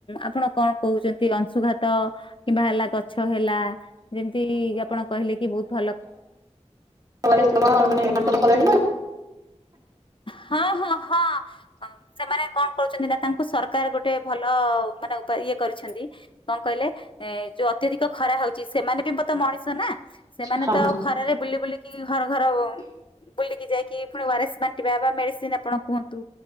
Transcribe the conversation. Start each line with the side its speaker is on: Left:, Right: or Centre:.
Left: ଆପଣ କଣ କହୁଛନ୍ତି ଅଂଶୁଘାତ କିମ୍ବା ହେଲା ଗଛ ହେଲା ଯେମିତି ଆପଣ କହିଲେ କି ବହୁତ ଭଲ
Right: ପରେ ସ ମାନେ ଆପଣ ପଳେଇଲେ
Left: ହଁ ହଁ ହଁ। ଅ ସେମାନେ କଣ କରୁଛନ୍ତି ନା ତାଙ୍କୁ ସରକାର ଗୋଟେ ଭଲ ମାନେ ଇଏ କରିଛନ୍ତି। କଣ କହିଲେ ଏ ଯୋଉ ଅତ୍ୟଧିକ ଖରା ହଉଛି ସେମାନେ ବି ମୋତେ ମଣିଷ ନା? ସେମାନେ
Right: ହଁ।
Left: ତ ଆଉ ଖରାରେ ବୁଲି ବୁଲିକି ଘର ଘର ବୁଲିକି ଯାଇକି ପୁଣି ଓରେସ୍ ପାଣି ଇ ଏବା ମେଡ଼ିସିନ୍ ଆପଣ କୁହନ୍ତୁ